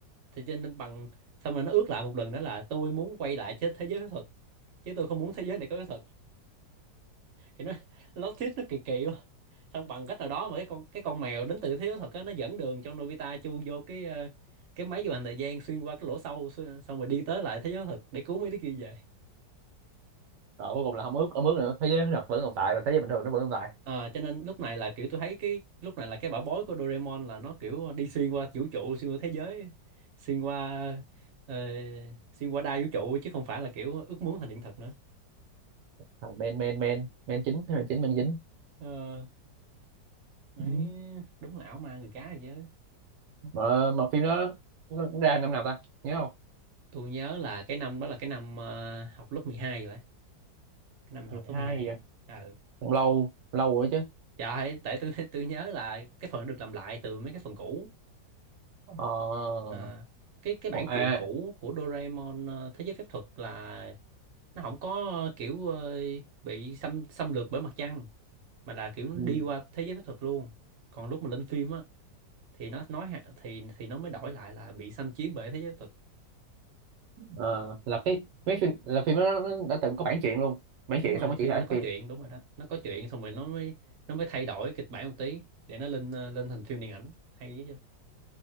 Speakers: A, on the right (about 50°); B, on the right (about 75°).
A: thì cho nên bằng xong rồi nó ước lại một lần đó là tôi muốn quay lại thế thế giới phép thuật chứ tôi không muốn thế giới này có cái thật thì nó <laughs> lót thuyết nó kỳ kỳ quá xong bằng cách nào đó mà cái con cái con mèo đến từ thế giới phép á nó dẫn đường cho Nobita chui vô cái ờ, cái máy du hành thời gian xuyên qua cái lỗ sâu xuyên- xong rồi đi tới lại thế giới thật để cứu mấy đứa kia về
B: rồi cuối cùng là không ướt, không ướt nữa thế giới thật vẫn tồn tại và thế giới bình thường nó vẫn tồn tại
A: Ờ, cho nên lúc này là kiểu tôi thấy cái lúc này là cái bảo bối của Doraemon là nó kiểu đi xuyên qua vũ trụ xuyên qua thế giới xuyên qua ờ, xuyên qua đa vũ trụ chứ không phải là kiểu ước muốn thành hiện thực nữa
B: à, men men men men chính men chính men chính
A: Ờ, đấy,
B: ừ.
A: đúng là ảo ma người cá rồi chứ
B: mà mà phim đó nó cũng ra năm nào ta nhớ không
A: tôi nhớ là cái năm đó là cái năm ờ, học lớp 12 rồi ấy. cái năm học
B: 12
A: lớp mười hai
B: gì vậy
A: á ờ
B: cũng lâu lâu rồi chứ
A: trời ơi, tại tôi <laughs> tôi nhớ là cái phần nó được làm lại từ mấy cái phần cũ
B: ờ
A: Ờ, cái cái bản
B: còn- à
A: truyện cũ của Doraemon ờ, Thế giới phép thuật là nó không có ờ, kiểu ờ, bị xâm xâm lược bởi mặt trăng mà là kiểu
B: ừ,
A: nó đi qua thế giới phép thuật luôn. Còn lúc mà lên phim á thì nó nói hạ- thì thì nó mới đổi lại là bị xâm chiếm bởi thế giới phép thuật.
B: ờ, là cái mấy phim là phim đó nó nó đã từng có bản truyện luôn bản
A: Đúng
B: truyện
A: rồi,
B: xong nó
A: phim
B: chuyển thể
A: nó
B: thành
A: có
B: phim
A: chuyện đúng rồi đó. Nó có chuyện xong rồi nó mới nó mới thay đổi kịch bản một tí để nó lên ờ, lên thành phim điện ảnh hay